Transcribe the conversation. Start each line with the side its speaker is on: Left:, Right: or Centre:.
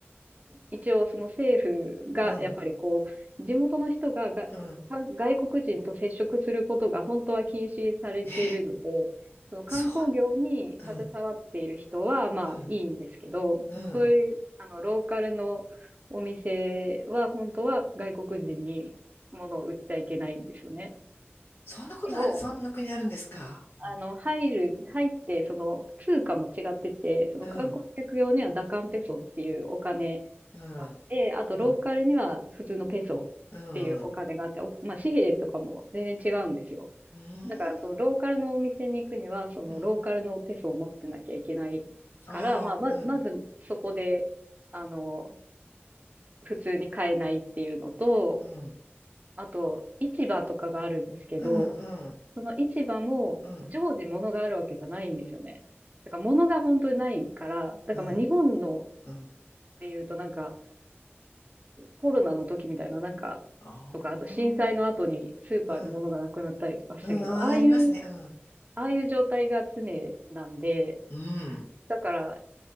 Right: 一応その政府がやっぱりこう、
Left: うん、
Right: 地元の人が、が
Left: うん。
Right: 外国人と接触することが本当は禁止されているので、
Left: えー
Right: その観光業に携わっている人はまあいいんですけど、
Left: そん、うん、うん、うん。
Right: そういう、あの、ローカルのお店は本当は外国人に物を売っちゃいけないんですよね。
Left: そんなことある、
Right: でも、
Left: そんな国あるんですか。
Right: あの、
Left: う
Right: 入る、入って、その、通貨も違ってて、その観光客用にはダカンペソっていうお金、
Left: ん、うん、
Right: があって、あとローカルには普通のペソっていうお金があって、
Left: うん、うん、うん。う
Right: おまあ、紙幣とかも全然違うんですよ。
Left: ーん、
Right: だからそのローカルのお店に行くには、そのローカルのペソを持ってなきゃいけないから、
Left: うん。ああ、
Right: まあ、ま、
Left: うん、
Right: まずそこで、あの、普通に買えないっていうのと、
Left: うん、
Right: あと、市場とかがあるんですけど、
Left: うん、うん、
Right: その市場も常時物があるわけじゃないんですよね。
Left: うん、
Right: だから物が本当にないから、だからまあ日本のっ
Left: うん、うん。
Right: ていうとなんか、コロナの時みたいな、なんか、
Left: ああ、
Right: とか、あと震災の後にスーパーに物がなくなったりとかしたけど、
Left: うん、うん、
Right: ああいう、
Left: ありますね。うん、
Right: ああいう状態が常なんで、
Left: うん、
Right: だから、